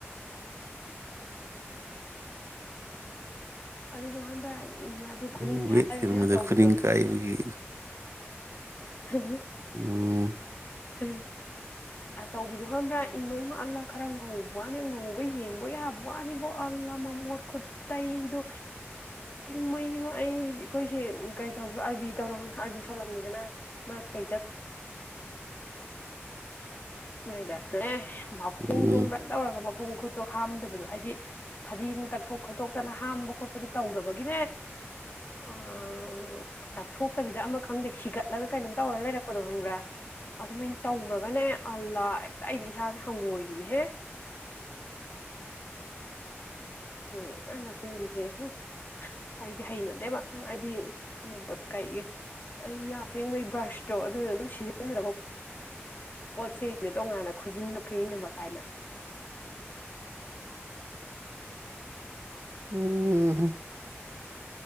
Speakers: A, on the left (about 45°); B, on the right (about 85°).
A: ꯑꯗꯨꯗꯨ ꯈꯪꯕ꯭ꯔꯥ ꯑꯗꯨ
B: ꯅꯪ
A: ꯈꯨꯅꯤꯡꯒꯤ
B: ꯋꯦꯠ
A: ꯍꯥꯏꯔꯒꯅꯦ
B: ꯍꯦꯜꯂꯝꯕꯗ
A: ꯑꯆꯧꯕꯤꯗꯣ
B: ꯈꯨꯅꯤꯡ ꯀꯥꯏꯕꯒꯤ
A: ꯍꯥꯍꯥ
B: ꯎꯝ
A: <unintelligible> ꯑꯆꯧꯕꯤꯗꯣ ꯍꯟꯕ꯭ꯔꯥ ꯏꯃꯩꯃ ꯑꯜꯂꯥ ꯈꯔ ꯉꯧꯕ ꯋꯥꯅꯤ ꯉꯧꯕ ꯌꯦꯡꯕ ꯌꯥꯕ ꯋꯥꯅꯤꯕꯨ ꯑꯜꯂꯥ ꯃꯃꯣꯠ ꯈꯨꯠꯇꯩꯗꯣ ꯏꯃꯩꯃ ꯑꯩ ꯑꯩꯈꯣꯏꯁꯦ ꯀꯩꯗꯧꯕ ꯑꯜꯕꯤ ꯇꯧꯔ ꯑꯜꯕꯤ ꯁꯣꯜꯂꯝꯃꯤꯗꯅ ꯃꯥ ꯀꯩ ꯆꯠ <unintelligible> ꯃꯈꯣꯡꯗꯣ
B: ꯎꯝ
A: <unintelligible> ꯇꯧꯔꯒ <unintelligible> ꯈꫭꯡ ꯈꯨꯠꯇꯣ ꯍꯥꯝꯗꯕꯗꯣ ꯍꯥꯏꯗꯤ ꯐꯗꯤꯅ ꯇꯥꯛꯊꯣꯛ ꯈꯣꯠꯇꯣꯛꯇꯅ ꯍꯥꯝꯕ ꯈꯣꯠꯄꯗꯣ ꯇꯧꯗꯕꯒꯤꯅꯦ ꯑꯥ ꯇꯛꯊꯣꯛꯇꯕꯤꯗ ꯑꯃ ꯈꯪꯗꯦ ꯁꯤꯒꯠꯂꯒ ꯀꯩꯅꯣꯝ ꯇꯧꯔ ꯂꯩꯔꯛꯄꯗꯣ ꯈꯪꯕ꯭ꯔꯥ ꯑꯗꯨꯃꯥꯏꯅ ꯇꯧꯔꯒꯅꯦ ꯑꯜꯂꯥ ꯍꯦꯛꯇ ꯑꯩꯗꯤ ꯏꯁꯥꯁꯦ ꯍꯪꯉꯣꯏꯔꯤꯅꯦꯍꯦ꯫ ꯎꯝ ꯑꯅ ꯁꯤꯟꯕꯤꯁꯦ ꯍꯝ ꯑꯩꯗꯤ ꯍꯩꯅꯣꯗꯦꯕ꯫ ꯎ ꯍꯥꯏꯗꯤ ꯀꯩꯒꯤ ꯑꯩ ꯌꯥ ꯐꯦꯡꯕꯒꯤ ꯕ꯭ꯔꯁꯇꯣ ꯑꯗꯨꯗ ꯑꯗꯨꯝ ꯁꯤꯖꯤꯟꯅꯅꯕ ꯄꯣꯠꯁꯦꯅꯦ ꯇꯣꯉꯥꯟꯅ ꯈꯨꯖꯤꯟꯅ ꯐꯦꯡꯅꯕ ꯀꯥꯏꯅ꯫
B: ꯎꯝ